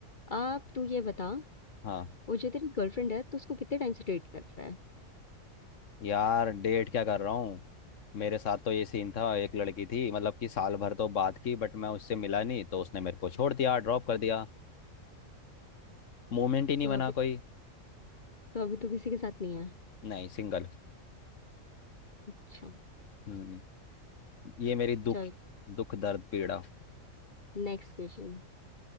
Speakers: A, on the left; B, on the left.
A: आप तू ये बता
B: हाँ
A: वो जो तेरी गर्लफ्रेंड है तो उसको कितने टाइम से डेट कर रहा है
B: यार डेट क्या कर रहा हूँ मेरे साथ तो ये सीन था एक लड़की थी मतलब कि साल भर तो बात की बट मैं उससे मिला नहीं तो उसने मेरे को छोड़ दिया ड्रॉप कर दिया मूवमेंट ही नहीं
A: तो
B: बना
A: अभी
B: कोई
A: तो अभी तो किसी के साथ नहीं है
B: नहीं सिंगल
A: अच्छा
B: हम्म ये मेरी दुख
A: चल
B: दुख दर्द पीड़ा
A: नेक्स्ट क्वेश्चन